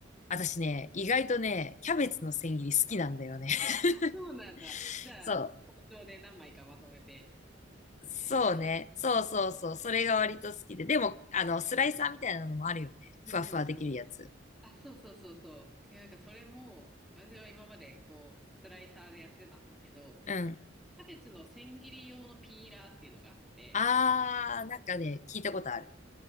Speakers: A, on the left; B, in the centre.
A: 私ね、意外とね、キャベツの千切り好きなんだよね。
B: そうなんだ。
A: <laughs>
B: じゃあ、
A: そ
B: 包丁で何枚かまとめて、
A: う。そうね。
B: シャシャシャシャシャ。
A: そうそうそう。それが割と好きで。でも、あの、スライサーみたいなのもあるよね。ふわふわできるやつ。
B: うんうんあ、そうそうそうそう。いやなんかそれも、私は今までこう、スライサーでやってたんだけど、
A: うん。
B: キャベツの千切り用のピーラーっていうのがあって、
A: あー、なんかね、聞いたことある。